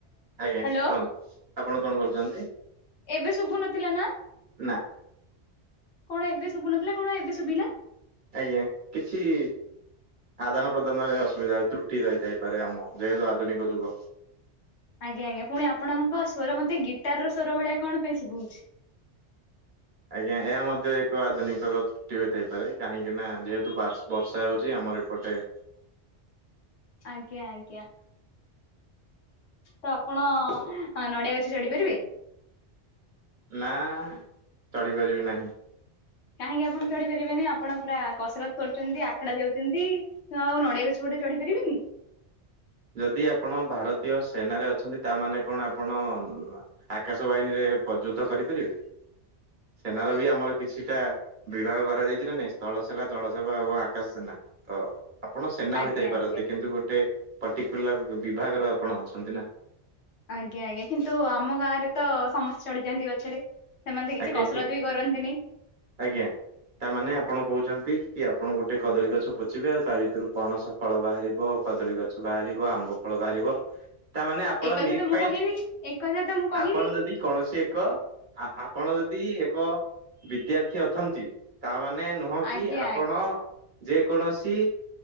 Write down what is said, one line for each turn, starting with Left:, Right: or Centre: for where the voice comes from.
Right: ଆଜ୍ଞା
Left: ହ୍ୟାଲୋ
Right: କୁହନ୍ତୁ ଆପଣ କଣ କରୁଛନ୍ତି?
Left: ଏବେ ଶୁଭୁ ନଥିଲା ନା।
Right: ନା
Left: କଣ ଏବେ ଶୁଭୁନଥିଲା କଣ ଏବେ ଶୁଭିଲା।
Right: ଆଜ୍ଞା କିଛି ଆଦାନ ପ୍ରଦାନରେ ଅସୁବିଧା ତ୍ରୁଟି ରହିଥାଇପାରେ ଆମ ଯେହେତୁ ଆଧୁନିକ ଯୁଗ।
Left: ଆଜ୍ଞା ଆଜ୍ଞା ପୁଣି ଆପଣଙ୍କ ସ୍ୱର ମତେ ଗିଟାର ର ସ୍ୱର ଭଳିଆ କଣ ପାଇଁ ସଭୁଛି।
Right: ଆଜ୍ଞା ଏହା ମଧ୍ୟ ଏକ ଆଧୁନିକର ତ୍ରୁଟି ହୋଇଥାଇପାରେ କାହିଁକି ନା ଯେହେତୁ ବାସ ବର୍ଷା ହଉଛି ଆମ ଆମର ଏପଟେ
Left: ଆଜ୍ଞା ଆଜ୍ଞା। ତ ଆପଣ ନଡିଆ ଗଛ ଚଢି ପାରିବେ?
Right: ନା ଚଢ଼ି ପାରିବି ନାହିଁ।
Left: କାହିଁକି ଆପଣ ଚଢି ପାରିବେନି ଆପଣ ପୁରା କସରତ କରୁଛନ୍ତି ଆଖଡା ଯାଉଛନ୍ତି ତ ଆଉ ନଡିଆରେ ଗଛ ଗୋ ଛ ଚଢି ପାରିବେନି।
Right: ଯଦି ଆପଣ ଭାରତୀୟ ସେନାରେ ଅଛନ୍ତି ତା ମାନେ କଣ ଆପଣ ଆକାଶ ବାହିନୀରେ ପ୍ରଯୁଦ୍ଧ କରିପାରିବେ? ସେନାର ବି ଆମର କିଛିଟା ବିଭାଗ କରାଯାଇଛି ନା ନାଇଁ ସ୍ଥଳ ସେନା ଜଳ ସେବା ଏବଂ ଆକାଶ ସେନା। ତ ଆପଣ ସେନା
Left: ଆଜ୍ଞା
Right: ହୋଇଥାଇ
Left: ଆଜ୍ଞା।
Right: ପାରନ୍ତି କିନ୍ତୁ ଗୋଟେ ପର୍ଟିକୁଲାର ବିଭାଗର ଆପଣ ଅଛନ୍ତି ନା।
Left: ଆଜ୍ଞା ଆଜ୍ଞା କିନ୍ତୁ ଆମ ଗାଁ ରେ ତ ସମସ୍ତେ ଚଢ଼ି ଯାଆନ୍ତି ଗଛରେ। ସେମାନେ ତ କିଛି
Right: ଆଜ୍ଞା
Left: କସରତ
Right: କି
Left: ବି କରନ୍ତିନି
Right: ଆଜ୍ଞା ତାମାନେ ଆପଣ କହୁଛନ୍ତି କି ଆପଣ ଗୋଟେ କଦଳୀ ଗଛ ପୋତିବେ ଆଉ ତା ଭିତରୁ ପଣସ ଫଳ ବାହାରିବ କଦଳୀ ଗଛ ବାହାରିବ ଆମ୍ବ ଫଳ ବାହାରିବ। ତାମାନେ ଆପଣ
Left: ଏକଥା
Right: ନିଟ୍
Left: ତ ମୁଁ
Right: ପାଇଁ
Left: କହିନି
Right: ଚି
Left: ଏକଥା ତ ମୁଁ କହିନି।
Right: ଆପଣ ଯଦି କୌଣସି ଏକ ଆପଣ ଯଦି ଏକ ବିଦ୍ୟାର୍ଥୀ ଅଛନ୍ତି, ତାମାନେ ମାନେ ନୁହଁ କି
Left: ଆଜ୍ଞା
Right: ଆପଣ
Left: ଆଜ୍ଞା
Right: ଯେ କୌଣସି